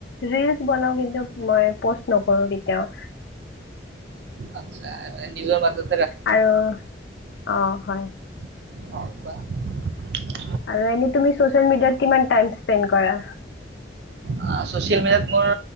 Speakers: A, on the left; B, on the right.
A: ৰিলচ বনাও কিন্তু মই পৌষ্ট নকৰোঁ কেতিয়াও।
B: আচ্ছা, এ নিজৰ মাজত।
A: আৰু, অ হয়।
B: <unintelligible>
A: আৰু এনে তুমি ছচিয়েল মেডিয়াত কিমান টাইম স্পেন্দ কৰা?
B: আ, ছচিয়েল মিডিয়াত মোৰ,